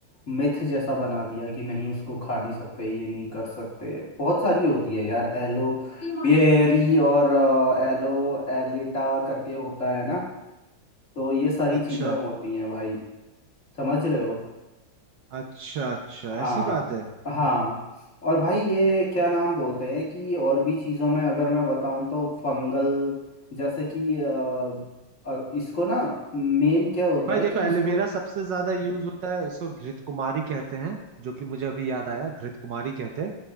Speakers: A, on the left; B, on the right.
A: मिथ जैसा बना दिया कि नहीं उसको खा नहीं सकते ये नहीं कर सकते बहुत सारी होती है यार एलो बेरी और अ, एलो एलिटा करके होता है ना तो ये सारी
B: अच्छा
A: चीजें होती हैं भाई समझ रहे हो
B: अच्छा अच्छा
A: हाँ
B: ऐसी बात है
A: हाँ और भाई ये क्या नाम बोलते हैं कि और भी चीज़ों में अगर मैं बताऊँ तो फंगल जैसे कि अ, अ, इसको ना मेन क्या होता
B: भाई
A: है
B: देखो
A: कि
B: एलोवेरा
A: इसको
B: सबसे ज्यादा यूज होता है इसको घृत कुमारी कहते हैं जो कि मुझे अभी याद आया घृत कुमारी कहते हैं